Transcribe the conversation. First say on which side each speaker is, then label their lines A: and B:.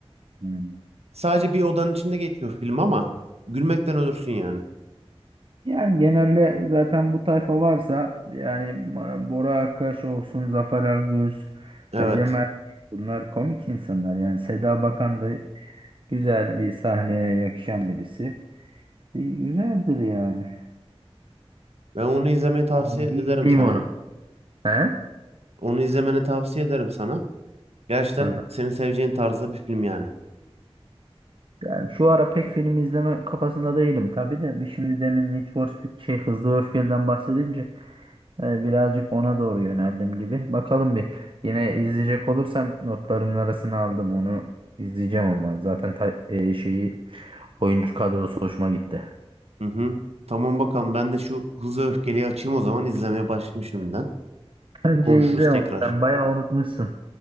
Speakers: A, on the right; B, on the right.
A: Hmm.
B: Sadece bir odanın içinde geçiyor film ama gülmekten ölürsün yani.
A: Yani genelde zaten bu tayfa varsa yani Ma- Bora Akkaş olsun, Zafer Algöz,
B: Evet.
A: Ecem Erkek bunlar komik insanlar. Yani Seda Bakan da güzel bir sahneye yakışan birisi. E, Güzeldir yani.
B: Ben onu izlemeyi tavsiye
A: Ben
B: ederim
A: bir izleyeyim
B: sana.
A: onu. He? Hı
B: Onu izlemeni tavsiye ederim sana. Gerçekten
A: hı.
B: seni seveceğin tarzda bir film yani.
A: Yani şu ara pek film izleme kafasında değilim tabii de bir şimdi demin Need for Speed şey Hızlı ve Öfkeli'den bahsedince e, birazcık ona doğru yöneldim gibi. Bakalım bir yine izleyecek olursam notlarımın arasına aldım onu izleyeceğim ama zaten ta- e, şeyi oyuncu kadrosu hoşuma gitti.
B: Hı hı. Tamam bakalım ben de şu Hızlı Öfkeli'yi açayım o zaman izlemeye başlayayım şimdiden.
A: Bence
B: Konuşuruz
A: izle
B: tekrar.
A: onu. Sen bayağı unutmuşsun.